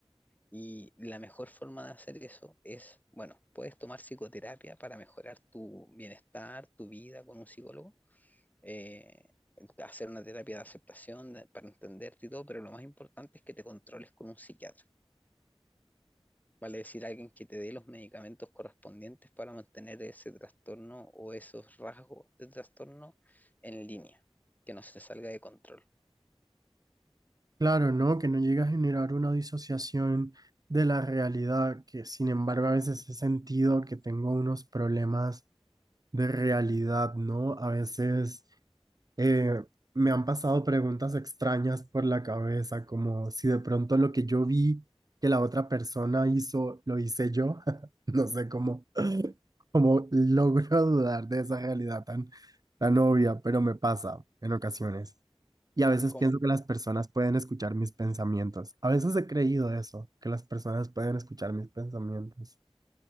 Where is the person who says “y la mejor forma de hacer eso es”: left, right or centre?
Left